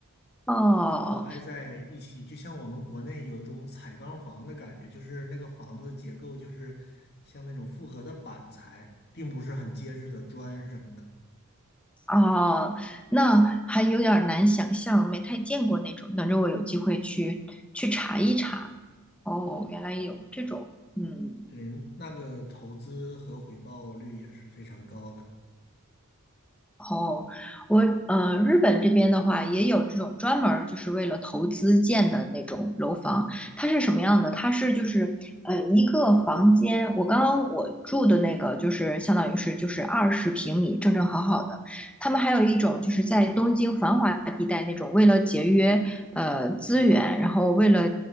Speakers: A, in the centre; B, on the left.
A: 哦。
B: 然后挨在一起，就像我们国内有种彩钢房的感觉，就是那个房子结构就是像那种复合的板材，并不是很结实的砖什么的。
A: 哦，那还有点儿难想象，没太见过那种。等着我有机会去去查一查。哦，原来有这种，嗯。
B: 对，那个投资和回报率也是非常高的。
A: 哦，我呃，日本这边的话也有这种专门儿就是为了投资建的那种楼房，它是什么样的？它是就是呃一个房间，我刚刚我住的那个就是相当于是就是二十平米，正正好好的。他们还有一种就是在东京繁华地带那种，为了节约呃资源，然后为了